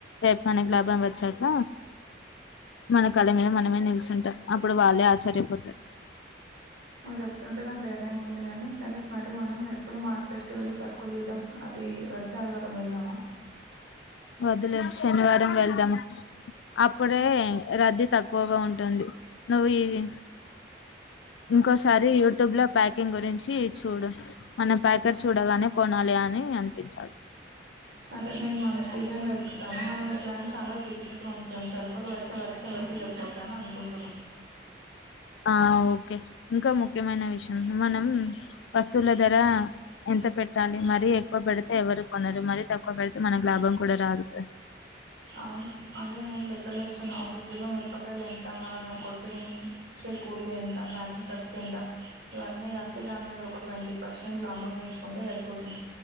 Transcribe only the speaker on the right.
నువు చెప్తుంటే నాకు ధైర్యంగా ఉంది కానీ సరే మరి మనం ఎప్పుడు మార్కెట్ కి వెళ్ళి సర్కులు తెదాం ది వచ్చేఆదివారం వెళదామా
సరే నేను మంచి డిజైన్ వెతుకుతాను మనం ఈ ప్లాన్ చాలా సెక్రెట్ గా ఉంచుదాం సరుకులు వచ్చే వరకు ఎవరికి చెప్పదు అని అనుకుంటున్నా
అవును అదే నేను లెక్కలేస్తున్నా ఒక కిలో మిరపకాయలు ఎంత మనమే కొట్టి కూలి ఎంత బ్యాకింగ్ కట్స్ ఎంత ఇవన్నీ కలిపి దాని మీద ఒక ట్వంటీ పర్సెంట్ లాభం వేసుకుం ఉంటె సరిపోతుంది